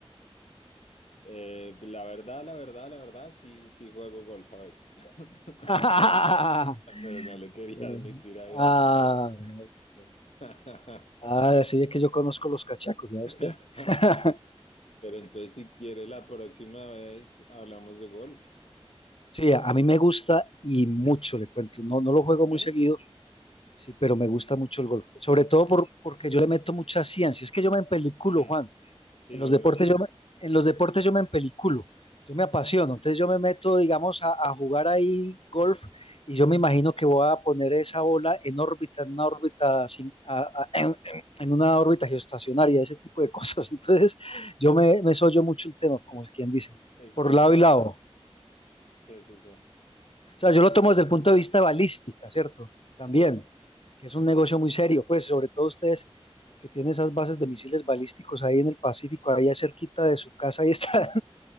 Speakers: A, on the left; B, on the left.
A: Eh, la verdad, la verdad, la verdad, sí, sí juego golf a veces. <laughs>
B: <laughs> Ah,
A: Pero no le quería
B: Eh,
A: admitir ahí darle
B: Ah,
A: la
B: vea usted.
A: bata.
B: Ah, sí, es que yo conozco los cachacos, vea
A: <laughs>
B: usted. <laughs>
A: Pero entonces, si quiere, la próxima vez hablamos de golf.
B: Sí, a, a mí me gusta y mucho, le cuento. No, no lo juego muy
A: ¿Eh?
B: seguido, sí, pero me gusta mucho el golf. Sobre
A: Sí,
B: todo por, porque yo le meto mucha ciencia. Es que yo me empeliculo,
A: Mm,
B: Juan.
A: sí,
B: En
A: lo
B: los deportes
A: veo.
B: yo me, en los deportes yo me empeliculo, yo me apasiono, entonces yo me meto, digamos, a, a jugar ahí golf y yo me imagino que voy a poner esa bola en órbita, en una órbita, sin- a- a- en, en- en una órbita geoestacionaria, ese tipo de cosas. <laughs> Entonces yo me, me sollo mucho el tema, como quien dice,
A: Es
B: por
A: competitivo.
B: lado y lado.
A: Sí, sí, sí.
B: O sea, yo lo tomo desde el punto de vista balística, ¿cierto? También,
A: Sí,
B: que es un negocio muy serio, pues sobre todo ustedes que tienen esas bases de misiles balísticos ahí en el Pacífico, ahí cerquita de su casa, ahí está